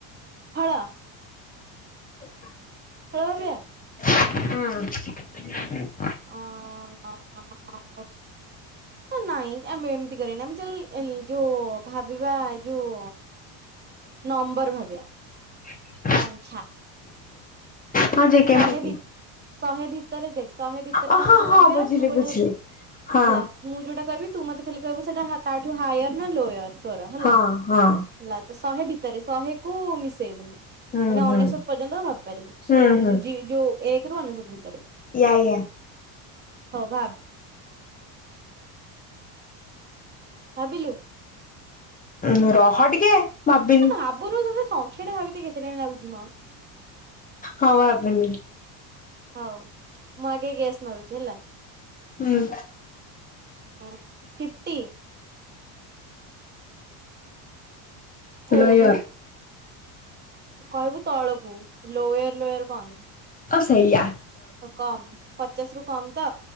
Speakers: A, on the right; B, on the left.
A: ଫଳ।
B: ହୁଁ।
A: ଫଳ ଭାବିବା ହ <unintelligible> ନାଇଁ ଆମେ ଏମିତି କରିବାନି। ଆମେ ଚାଲ ଯୋଉ ଭାବିବା ଏ ଯୋଉ ନମ୍ବର ଭାବିିବା।
B: <inaudible>
A: ସଂଖ୍ୟା।
B: ହଁ
A: ମାନେ
B: ଯେ କେମିତି?
A: ଶହେ ଭି ଶହେ ଭିତରେ ଦେଖ୍ ଶହେ ଭିତରେ
B: ଓ
A: ସଂଖ୍ୟା
B: ହଁ ହଁ
A: ଭାବିବା।
B: ବୁଝିଲି
A: ଆ ତୁ ଗୋଟେ
B: ବୁଝିଲି
A: ହେବ
B: ହଁ
A: ହେଲା ମୁଁ ଯୋଉଟା କହିବି ତୁ ମତେ ଖାଲି କହିବୁ ସେଇଟା ତାଠୁ ହାୟର ନା ଲୋୟର ତୋର ହେଲା।
B: ହଁ ହଁ
A: ହେଲା ତ ଶହେ ଭିତରେ ଶହେ କୁ ମିଶେଇବୁନି।
B: ହୁଁ
A: ମାନେ ଅନେଶ୍ୱତ
B: ହୁଁ
A: ପର୍ଯ୍ୟନ୍ତ ଭାବିପାରିବୁ। ସୁନ
B: ହୁଁ ହୁଁ
A: ଯି ଯଉ ଏକ ରୁ ଅନେଶ୍ବତ ଭିତରେ।
B: ୟା ୟା।
A: ହଉ ଭାବ। ଭାବିଲୁ?
B: ହୁଁ ରହ ଟିକେ ଭାବି
A: ଭାବୁନୁ ତତେ ସଂଖ୍ୟା ଟା ଭାବିତେ କେତେ ଟାଇମ ଲାଗୁଚି ମ।
B: ହଉ ଭାବିଲି।
A: ହଉ, ମୁଁ ଆଗେ ଗେସ ମାରୁଛି ହେଲା?
B: ହୁଁ
A: ଫିଫଟି। କହୁନୁ
B: ଲୋୟର।
A: କହିବୁ ତଳକୁ, ଲୋୟର ଲୋୟର କଣ?
B: ହଁ ସେୟା
A: ହଉ କମ, ପଚାଶ ରୁ କମ ତ,